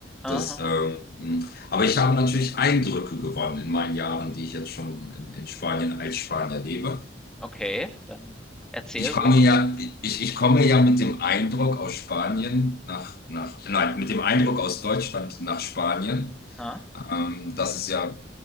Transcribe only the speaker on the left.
Das,
ähm, aber ich habe natürlich Eindrücke gewonnen in meinen Jahren, die ich jetzt schon in, in Spanien als Spanier lebe.
Ich
komme ja, ich, ich komme ja mit dem Eindruck aus Spanien nach, nach, nein, mit dem Eindruck aus Deutschland nach Spanien,
ähm, dass es ja